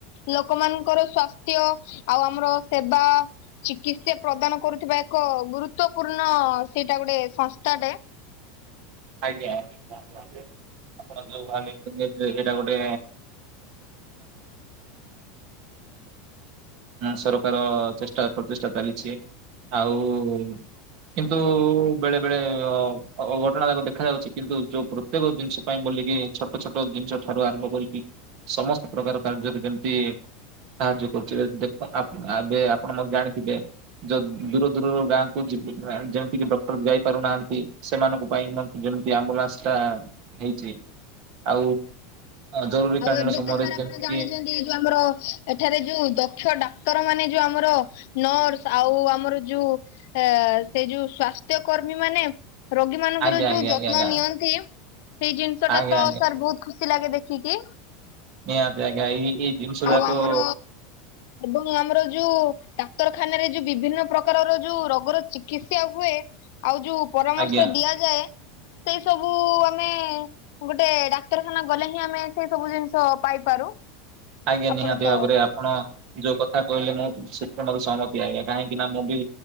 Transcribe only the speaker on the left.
ଲୋକମାନଙ୍କର ସ ସ୍ୱସ୍ଥ୍ୟ ଆଉ ଆମର ସେବା ଚିକିତ୍ସା ପ୍ରଦାନ କରୁଥିବା ଏକ ଗୁରୁତ୍ୱପୂର୍ଣ୍ଣ ହଁ ସେଇଟା ଗୋଟେ ସଂସ୍ଥାଟେ।
ଆଉ ଏବେ
ତ ସାର୍
ଆପଣ ଜାଣିଛନ୍ତି
ଯୋଉ ଆମର ଏଠାରେ ଯୋଉ ଦକ୍ଷ ଡାକ୍ତର ମାନେ ଯୋଉ ଆ ଆମର ନର୍ସ ଆଉ ଆମର ଯୋଉ ସେ ଯୋଉ ସ୍ଵାସ୍ଥ୍ୟ କର୍ମୀ ମାନେ ରୋଗୀ ମାନଙ୍କର
ଯୋଉ
ଯତ୍ନ
ନିଅନ୍ତି ସେଇ ଜିନିଷ ଟା
ତ ସାର୍ ବହୁତ ଖୁସି ଲାଗେ ଦେଖିକି
ଆଉ
ଆମର ଏବଂ ଆମର ଯୋଉ ଡାକ୍ତରଖାନାରେ ଯୋଉ ବିଭିନ୍ନ ପ୍ରକାରର ଯୋଉ ରୋଗର ଚିକିତ୍ସା ହୁଏ ଆଉ ଯୋଉ ପରାମର୍ଶ
ଦିଆଯାଏ ସେଇ ସବୁ ଆମେ ଗୋଟେ ଡାକ୍ତରଖାନା ଗଲେ ହିଁ ଆମେ ସେଇ ସବୁ ଜିନିଷ ପାଇପାରୁ
ଆପଣ
ତ